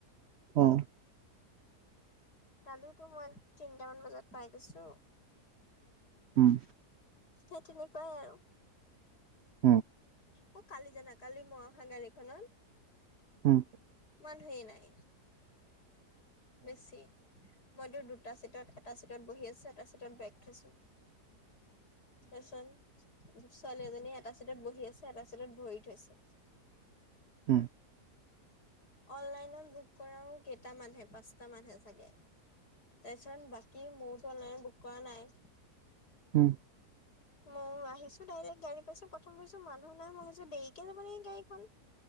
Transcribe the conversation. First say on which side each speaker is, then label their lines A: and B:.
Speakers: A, on the right (about 75°); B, on the left (about 75°).
A: অ।
B: কালি মই তিনিটামান বজাত পাই গৈছো।
A: উম।
B: সেই তেনেকুৱাই আৰু।
A: সেইটোৱে অ
B: অ কালি জানা কালি মই অহা গাড়ীখনত।
A: হম।
B: মানুহেই নাই। বেছি মই তোৰ দুটা চিটত এটা চিটত বহি আছো এটা চিটত ব্ৰেক থৈছো। এচল ছোৱালী এজনী এটা চিটত বহি আছে এটা চিটত ভৰি থৈছে।
A: হম
B: অনলাইনত বুক কৰাও কেইটামানহে পাঁচটা মানহে চাগে তাৰছত বাকী মোওতো অনলাইনত বুক কৰা নাই।
A: হম
B: ময়ো আহিছো ডাইৰেক্ট গাড়ী পাইছো প্ৰথম ভাবিছো মানুহ নাই মই ভাবিছোঁ দেৰিকে যাব নেকি গাড়ীখন